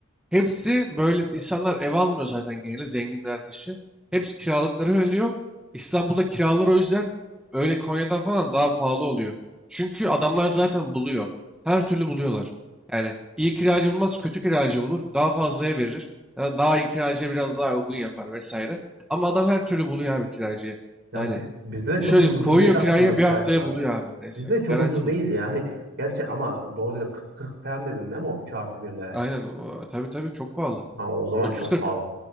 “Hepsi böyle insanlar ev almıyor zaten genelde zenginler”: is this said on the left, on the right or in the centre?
Centre